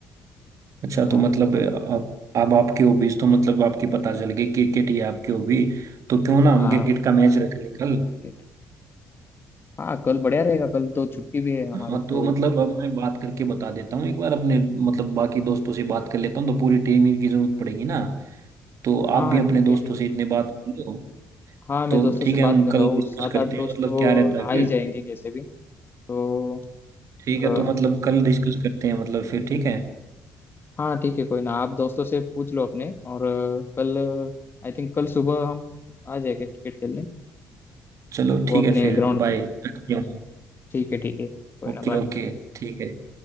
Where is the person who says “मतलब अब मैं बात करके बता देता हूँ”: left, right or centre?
Right